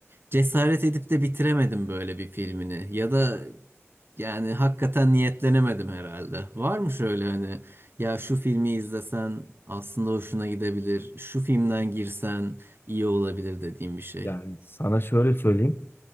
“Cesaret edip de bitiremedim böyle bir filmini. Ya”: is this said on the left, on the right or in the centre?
Right